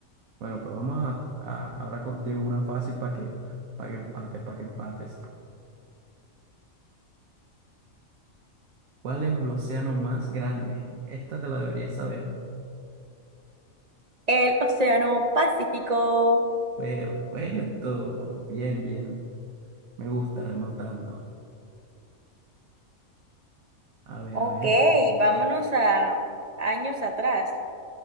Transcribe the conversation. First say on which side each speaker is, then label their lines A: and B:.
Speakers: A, on the right (about 80°); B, on the right (about 45°).
A: Bueno, pues vamos a, a- ahora contigo una fácil para que, para que empate, para que empates. ¿Cuál es el océano más grande? Esta te la deberías saber.
B: El Océano Pacífico.
A: Perfecto. Bien, bien. Me gusta remontando. A ver,
B: Ok,
A: a ver.
B: vámonos a años atrás.